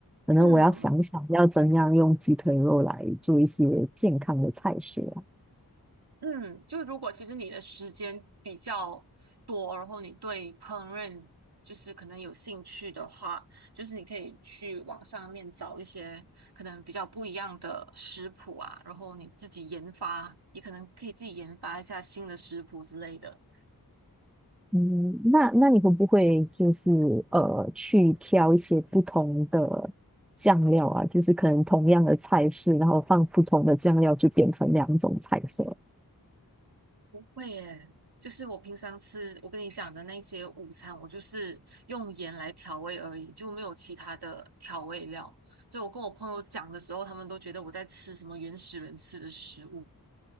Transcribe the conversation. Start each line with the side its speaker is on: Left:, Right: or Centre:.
Centre: 可能我要想想要怎样用鸡腿肉来做一些健康的菜式。
Right: 嗯，嗯，就是如果其实你的时间比较多，然后你对烹饪就是可能有兴趣的话，就是你可以去网上面找一些可能比较不一样的食谱啊，然后你自己研发，也可能可以自己研发一下新的食谱之类的。
Centre: 嗯，那那你会不会就是呃去挑一些不同的酱料啊？就是可能同样的菜式，然后放不同的酱料，就变成两种菜色。
Right: 会耶，就是我平常吃我跟你讲的那些午餐，我就是用盐来调味而已，就没有其他的调味料。所以我跟我朋友讲的时候，他们都觉得我在吃什么原始人吃的食物。